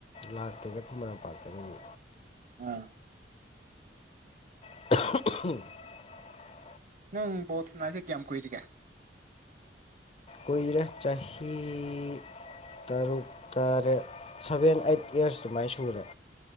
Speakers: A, on the left; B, on the right.
A: ꯂꯥꯛꯇꯗ ꯃꯔꯥꯡꯄꯥꯛꯥꯛꯇꯕꯗꯤ
B: ꯑꯥ
A: <unintelligible>
B: ꯅꯪ ꯣꯠ ꯁꯅꯥꯔꯁꯤꯦ ꯀꯃ ꯀꯣꯏꯔꯒꯦ
A: ꯑꯣꯏꯔ ꯆ ꯆꯍꯤꯦ ꯇꯔꯨꯛ ꯇꯔꯦꯠ ꯁꯚꯦꯟ ꯑꯩꯠ ꯏꯌꯥꯔꯁ ꯑꯗꯨꯃꯥꯏꯅ ꯁꯨꯔꯦ